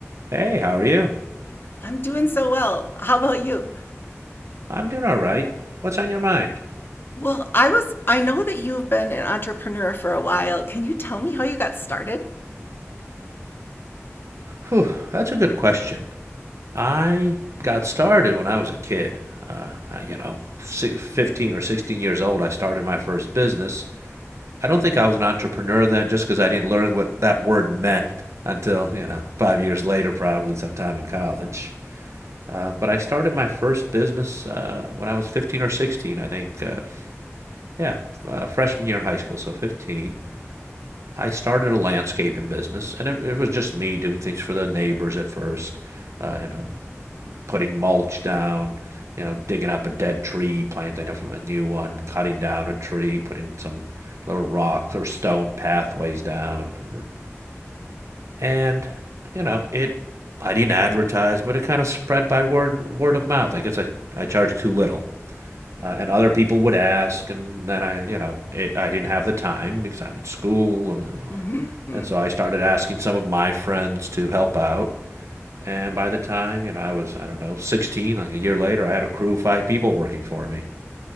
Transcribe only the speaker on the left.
I'm doing so well. How about you?
Well, I was, I know that you've been an entrepreneur for a while. Can you tell me how you got started?
hmm